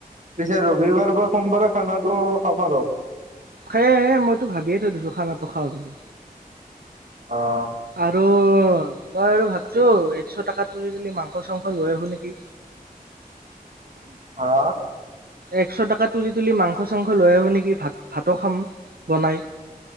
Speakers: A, on the right; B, on the right.
A: পিছে ৰবিবাৰ বা সোমবাৰে খানাটো খাম আৰু।
B: সেয়ে মইতো ভাবিয়ে থৈ দিছো খানা টো খাও বুলি।
A: অ'।
B: আৰু। মই আৰু ভাবছো একশ টকা তুলি, তুলি মাংস চাংস লৈ আহিব নেকি?
A: হা।
B: একশ টকা তুলি তুলি মাংস, চাংস লৈ আহো নেকি? ভাত ভাততো খাম বনাই।